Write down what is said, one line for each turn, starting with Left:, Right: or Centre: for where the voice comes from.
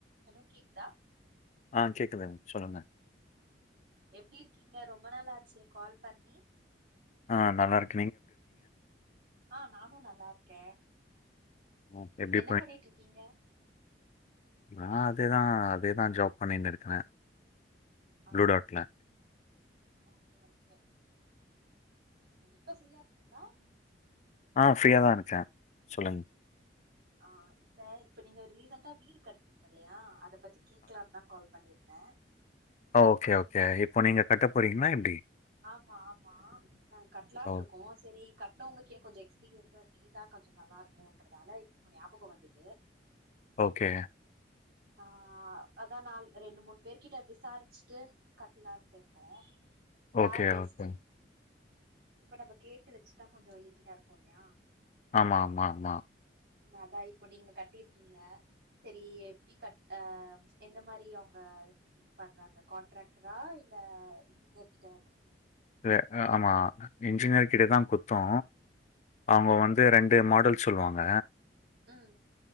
Right: Hello கேக்குதா
Left: ஆஹ் கேக்குது சொல்லுங்க
Right: எப்படி இருக்கீங்க ரொம்ப நாாளாச்சு கால் பண்ணி
Left: ஆஹ் நல்லா இருக்
Right: ஆஹ் நானும் நல்லா இருக்கேன்
Left: ம். எப்டி
Right: என்ன பண்ணிட்டு இருக்கீங்க
Left: நா அதேதா அதேதா ஜாப் பண்ணிட்டு இருக்கிறே
Right: ஆ
Left: ப்ளூ டாட்ல
Right: ஓகே ஓகே ம் இப்ப ஃப்ரீயா இருக்கீங்களா
Left: ஆஹ் ஃப்ரீயாதா இருக்கே சொல்லுங்க
Right: ஆஹ் இல்ல இப்ப நீங்க ரீசண்டா வீடு கட்னீங்க இல்லையா அத பத்தி கேக்லாதா கால் பண்ணிருந்தே
Left: ஓ ஓகே ஓகே இப்போ நீங்க கட்டப்போறீங்களா எப்படி
Right: ஆமா ஆமா நாங்க கட்லான்
Left: ஓ
Right: இருக்கோ சரி கட்னவங்களுக்கு ஏன்ன கொஞ்சம் எக்ஸ்பீரியன்ஸா கேட்டா கொஞ்ச நல்லாருப்போ இப்ப உங்க ஞாபக வந்தது
Left: ஓகே
Right: ஆஹ அதான் நால ரெண்டு மூணு பேர்க கிட்ட விசாரிச்சுட்டு கட்டலான்ட்டு இருக்கோ
Left: ஓகே,
Right: யார் பெஸ்ட்
Left: ஓகே.
Right: இப்ப நம்ம கேட்டு வச்சுட்டா கொஞ்ச ஈஸியா இருக்கு இல்லையா
Left: ஆமா ஆமா ஆமா
Right: உ அதா இப்போ நீங்க கட்டிருக்கீங்க சரி எப்படி க அஹ எந்த மாதிரி அவங்க இது பண்றாங்க கான்ட்ராக்டரா இல்ல இன்ஜினியர் கிட்ட குத்துருக் குடுத்தீங்களா
Left: இல்ல ஆமா. இன்ஜினியர் கிட்ட தா குத்தோ அவங்க வந்து ரெண்டே மாடல் சொல்லுவாங்க
Right: உஹம்